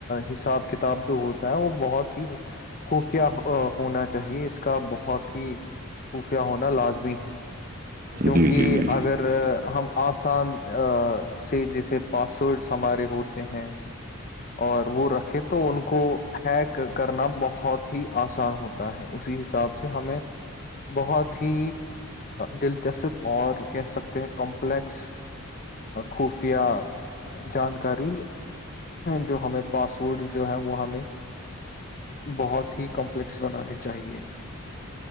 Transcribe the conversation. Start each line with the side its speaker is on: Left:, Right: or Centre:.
Left: حساب کتاب جو ہوتا ہے وہ بہت ہی خفیہ ہونا چاہیے اس کا بہت ہی خفیہ ہونا لازمی ہے کیونکہ
Right: جی جی جی
Left: اگر ہم آسان سے جیسے پاسورڈس ہمارے ہوتے ہیں اور وہ رکھے تو ان کو ہیک کرنا بہت ہی آسان ہوتا ہے اسی حساب سے ہمیں بہت ہی دل چسپ اور کہہ سکتے ہیں کمپلیکس خفیا جانکاری جو ہمیں پاسورڈز جو ہیں وہ ہمیں بہت ہی کمپلیکس بنانی چاہیے